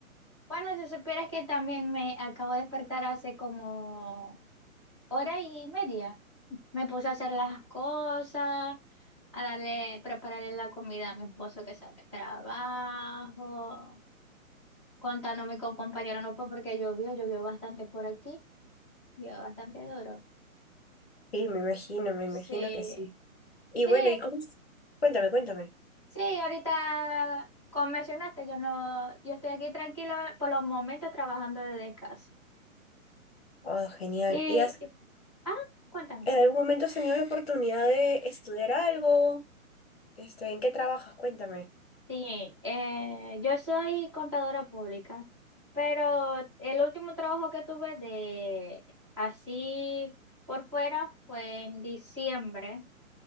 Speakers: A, on the right; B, on the left.
A: Bueno, si supieras que también me acabo de despertar hace como hora y media. Me puse a hacer las cosas, a darle, prepararle la comida a mi esposo que sale del trabajo, contándome con compañero, no fue porque llovió, llovió bastante por aquí, llovió bastante duro.
B: Sí, me imagino, me
A: Sí,
B: imagino que sí. Y
A: sí,
B: bueno, ¿y cómo? es? Cuéntame, cuéntame.
A: sí, ahorita como mencionaste, yo no, yo estoy aquí tranquila por los momentos trabajando desde casa.
B: Oh, genial.
A: Y
B: ¿Y has,
A: Ah, cuéntame.
B: en algún momento has tenido la oportunidad de estudiar algo? Este, ¿en qué trabajas? Cuéntame.
A: Sí, eh, yo soy contadora pública, pero el último trabajo que tuve de así por fuera fue en diciembre.